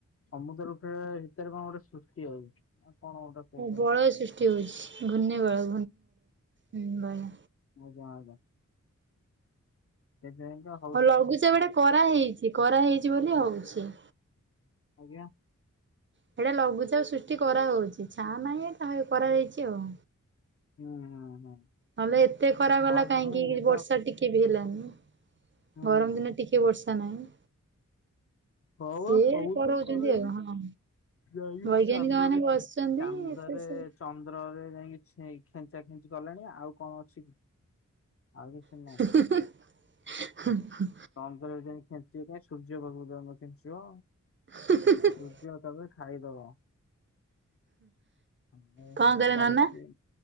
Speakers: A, on the left; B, on the right.
A: ସମୁଦ୍ରଭିତରେ ଭିତରେ କଣ ଗୋଟେ ସୃଷ୍ଟି ହଉଛି, ନା କଣ ଗୋଟେ? କହୁଛନ୍ତି
B: ବଳୟ ସୃଷ୍ଟି ହଉଛି, ଘୂର୍ଣ୍ଣି ବଳୟ, ଘୂର୍ଣ୍ଣିବଳୟ।
A: ଆା ଆା <unintelligible> ସେଥିାଇ <unintelligible>
B: ହଁ, ଲଘୁଚାପଟା କରାହେଇଛି, କରାହେଇଛି ବୋଲି ହଉଛି।
A: ଆଜ୍ଞା।
B: ସେଇଟା ଲଘୁଚାପ ସୃଷ୍ଟି କରାହଉଛି, ଛା ନାହିଁ ତାହା କରାଯାାଇଛି ଆଉ।
A: ହୁଁ ହୁଁ ହୁଁ।
B: ନହଲେ ଏତେ ଖରାଗଲା,
A: ହଁ
B: କାହିଁକି
A: ମୁଁ ଇଏ ତ
B: ବର୍ଷା ଟିକେ ବି ହେଲାନି।
A: ହୁଁ
B: ଗରମ୍ ଦିନେ ଟିକେ ବର୍ଷା ନାହିଁ।
A: ହଁ
B: ସିଏ
A: ବା ସବୁ
B: କରଉଛନ୍ତି
A: ତ କଲେଣି।
B: ଆଉ ହଁ
A: ଯାଇଁକି
B: ବୈଜ୍ଞାନିକ
A: ଚାନ୍ଦରେ,
B: ମାନେ ବସିଛନ୍ତି
A: ଚାନ୍ଦରେ
B: ସେ ସେ
A: ଚନ୍ଦ୍ରରେ ଯାଇଁକି ଖେଞ୍ଚା ଖେଞ୍ଚି କଲେଣି ଆଉ କଣ ଅଛି କି ଆଉ
B: ହି-ହି-ହି-ହି-ହି।
A: ନାହିଁ
B: <unintelligible>
A: ଚନ୍ଦ୍ରରେ ଯାଇ ଖେଞ୍ଚିବ କାଇଁ, ସୂର୍ଯ୍ୟପାଖକୁ ଯାଉନ ଖେଞ୍ଚିବ।
B: ହୁଁ-ହୁଁ-ହୁଁ। <unintelligible>
A: ସୂର୍ଯ୍ୟ ଏକାଥରେ ଖାଇଦବ। ଆ
B: କଣ କରେ
A: ଚାଲିଚି
B: ନନା